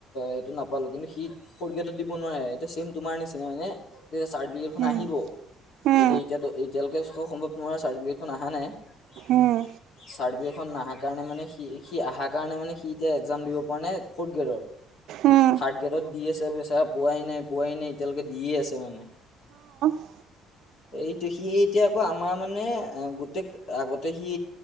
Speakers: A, on the left (about 65°); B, on the right (about 70°).
A: এইটো নাপালো কিন্তু সি ফথ গ্ৰেডত দিব নোৱাৰে এইটো চেম তোমাৰ নিচিনা মানে চাৰ্টিফিক
B: উম
A: আহিব
B: উম
A: তেতিয়া এতিয়য়াাত এতিয়ালৈকে চ সম্ভৱ নহয় চাৰ্টিফিকেটখন অহা নাই
B: উম।
A: চাৰ্টিফিকট খন নাহাৰ কাৰণে মানে স সি অহাৰ কাৰণে মানে সি এতিয়া এক্সাম দিব পৰা নাই ফৰ্থ গ্ৰেডৰ
B: উম
A: থাৰ্ড গ্ৰেডত দি আছেচ পোৱাই নাই পোৱাই নাই এতিয়ালৈকে দিয়ে আছে মানে
B: উম।
A: এইটো সি এতিয়া আকৌ আমাৰ মানে গোটেই আগতে সি